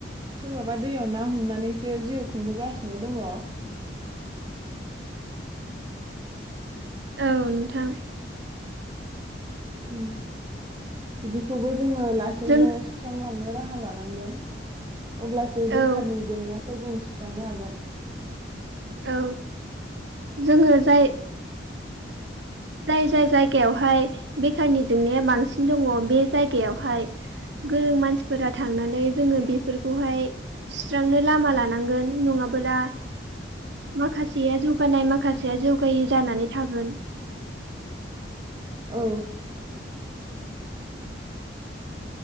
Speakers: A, on the right; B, on the right.
A: सोरबाबा दैयाव ना हमनानैसो जिउ खुंबोगासिनो दङ।
B: औ नोंथां।
A: उम बिदिखौबो जोङो लासैनो
B: जों
A: सुस्रां लांनो राहा लानांगोन। अब्लासो बेखारनि
B: औ
A: जेंनाखौ जों सु स्रांनो हागोन।
B: औ जोङो जाय जाय जाय-जायगायावहाय बेखारनि जेंनाया बां सिन दङ बे जाय गायावहाय गोरों मानसिफोरा थांनानै जोङो बेफोरखौहाय सुस्रांनो लामा लानांगोन नङाबोला माखासेया जौगानाय माखासेया जौगायै जानानै‌ थागोन
A: औ